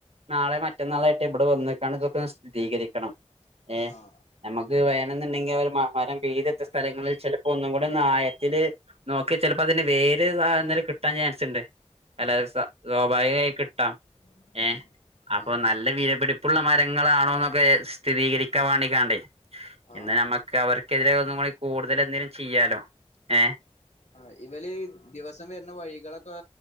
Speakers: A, on the right; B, on the left.
A: നാളെയോ മ റ്റ നാളായിട്ട് ഇവിടെ വന്ന് കണക്കൊക്കെ ഒന്ന്‌ സ്ഥിതീകരിക്കണം ഏഹ്
B: ആഹ്
A: നമ്മക്ക് വേണെന്നുണ്ടെങ്കി അവര് മരം പിയ്തെടുത്ത സ്ഥലങ്ങളില് ചിലപ്പോ ഒന്നും കൂടി ഒന്നായത്തില് നമുക്ക് ചിലപ്പോ അതിന് വേര് താഴെന്ന് കിട്ടാൻ ചാൻസ്ണ്ട് അല്ല സോഭാവികായി കിട്ടാം
B: ആഹ്
A: ഏഹ്
B: ഉം
A: അപ്പൊ
B: ഉം
A: നല്ല വീലപിടിപ്പുള്ള മരങ്ങളാണോന്നൊക്കെ സ്ഥിരീകരിക്കാൻ വേണ്ടിക്കാണ്ടേ ഇന്ന്
B: ആഹ്
A: നമുക്ക് അവർക്കെതിരെ ഒന്നുംകൂടി കൂടുതൽ എന്തേലും ചെയ്യാലോ ഏഹ്
B: ആഹ് ഇവല് ദിവസം വരുന്ന വഴികളൊക്കെ